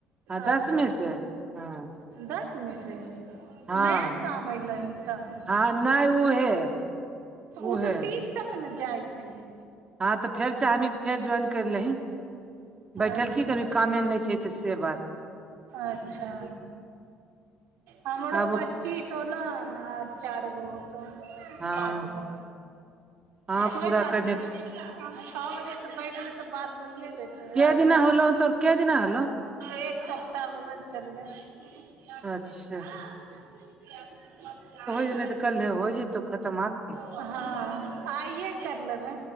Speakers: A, on the right (about 25°); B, on the right (about 70°).
A: हँ दस
B: अच्छा
A: मे से हँ
B: दसमे से
A: हँ
B: नया काम एलैन तऽ
A: हँ नहि उहे
B: उ
A: उहे
B: तऽ तीन थी तक ने जाइ छैैहिए।
A: हँ तऽ फेर चाहबही तऽ फेर ज्वाइन करि लही बैठल
B: अच्छा।
A: की करबही कामे नहि छै तऽ से बात
B: अच्छा। हमरो
A: आब
B: पच्चीस होलोहन आर चारगो हो तो
A: हँ
B: पाँच गो
A: हँ
B: कोइ
A: पूरा
B: बात
A: करने
B: नहि हम छअ बजेसँ बैठबी तऽ बात होइए जेतै
A: के
B: राजब
A: दिना होलो तोर के दिना होलो
B: एक सप्ताह होगेल चल्ले। <unintelligible>
A: अच्छा आजे नहि तऽ कलहे हो जयतौ खतम आरकी।
B: हँ आइए कर लेबै